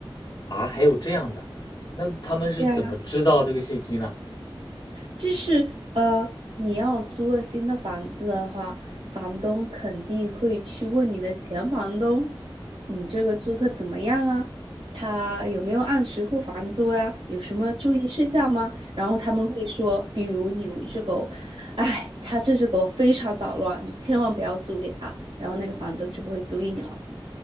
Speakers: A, on the left; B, on the right.
A: 啊，还有这样的，那他们是怎么知道这个信息呢？
B: 对啊就是呃，你要租了新的房子的话，房东肯定会去问你的前房东，你这个租客怎么样啊？他有没有按时付房租呀？有什么注意事项吗？然后他们会说，比如你有一只狗，哎，他这只狗非常捣乱，你千万不要租给他，然后那个房东就不会租给你了，